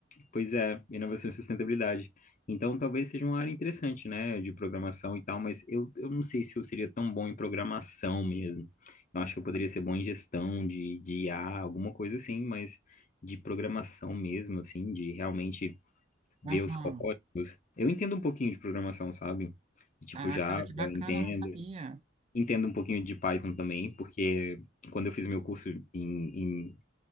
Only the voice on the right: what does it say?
Aham.
Ah,
cara, que bacana,
não sabia.